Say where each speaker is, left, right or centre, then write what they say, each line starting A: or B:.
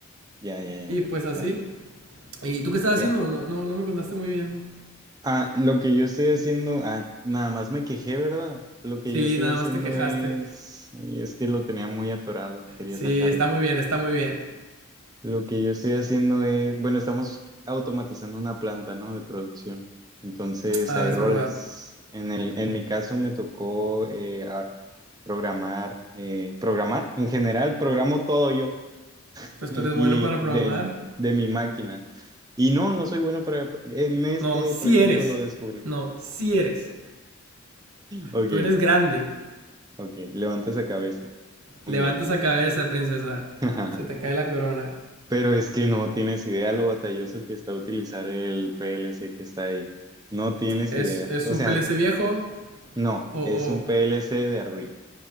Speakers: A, on the right (about 15°); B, on the right (about 85°).
A: Ya, ya, ya,
B: Y pues así.
A: claro.
B: ¿Y tú qué estás haciendo?
A: Ya.
B: No, no, no me contaste muy bien.
A: Ah, lo que yo estoy haciendo, ah, nada más me quejé, ¿verdad? Lo que
B: Sí,
A: yo estoy
B: nada
A: haciendo
B: más te quejaste.
A: es, y es que lo tenía muy atorado, quería
B: Sí,
A: sacarlo.
B: está muy bien, está muy bien.
A: Lo que yo estoy haciendo es, bueno, estamos automatizando una planta, ¿no? De producción. Entonces
B: Ah,
A: hay
B: es
A: roles.
B: verdad.
A: En el, en mi caso me tocó eh, a- programar, eh, programar. En general, programo todo yo <laughs>
B: Pues
A: y,
B: tú eres bueno para programar.
A: y de, de mi máquina. Y no, no soy bueno para... En este
B: No, sí
A: proyecto
B: eres.
A: lo descubrí.
B: No, sí eres.
A: Ok,
B: Tú eres grande.
A: ok, levanta esa cabeza.
B: Levanta
A: Muy bien.
B: esa cabeza, princesa.
A: <laughs>
B: Se te cae la corona.
A: Pero es que no tienes idea lo batalloso que está utilizar el PLC que está ahí. No tienes
B: ¿Es,
A: idea.
B: es
A: O
B: un
A: sea,
B: PLC
A: es-
B: viejo?
A: no,
B: O,
A: es un PLC de Arduino.